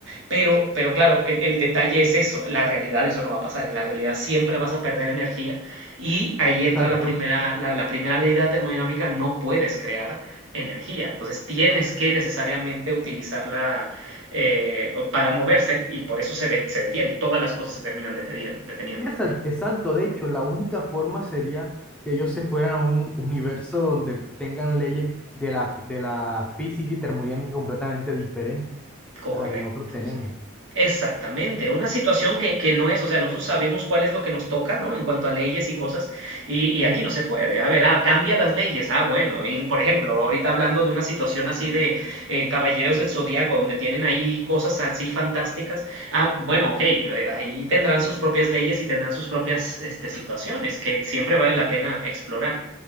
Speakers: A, on the right; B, in the centre.
A: Pero, pero claro, el, el detalle es eso, la realidad eso no va a pasar, en la realidad siempre vas a perder energía y ahí
B: exacto.
A: entra la primera, la, la primera ley de la termodinámica, no puedes crear energía, entonces tienes que necesariamente utilizarla eh, para moverse y por eso se, de- se detiene, todas las cosas se terminan deteni- deteniendo.
B: Sí, exa- exacto. De hecho, la única forma sería que ellos se fueran a un universo donde tengan leyes de la, de la física y termodinámica completamente diferentes
A: Correcto,
B: a la que nosotros tenemos.
A: sí. Exactamente, una situación que, que no es, o sea, nosotros sabemos cuál es lo que nos toca, ¿no? En cuanto a leyes y cosas, y, y
B: Sí,
A: aquí no se puede. A ver, ah, cambia las leyes. Ah, bueno, y por ejemplo, ahorita hablando de una situación así de eh, Caballeros del Zodíaco, donde tienen ahí cosas así fantásticas. Ah, bueno, ok, eh, ahí tendrán sus propias leyes y tendrán sus propias este, situaciones que siempre vale la pena explorar